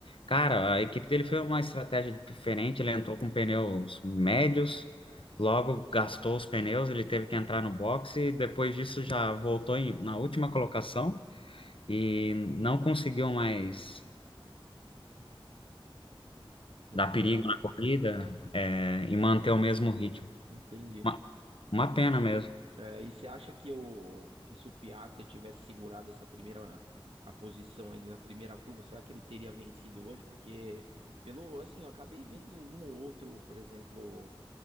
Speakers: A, on the left; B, on the right.
A: Cara, a equipe dele foi uma estratégia diferente. Ele entrou com pneus médios, logo gastou os pneus, ele teve que entrar no boxe. e Depois disso, já voltou em- na última colocação e não conseguiu mais
B: Recuperado.
A: dar perigo na corrida, é, e manter o mesmo ritmo.
B: Entendi.
A: Uma, uma pena mesmo.
B: É, e você acha que, o, que se o Piastri tivesse segurado essa primeira a posição ali na primeira curva, será que ele teria vencido hoje? Porque, pelo assim, eu acabei vendo um ou outro, por exemplo,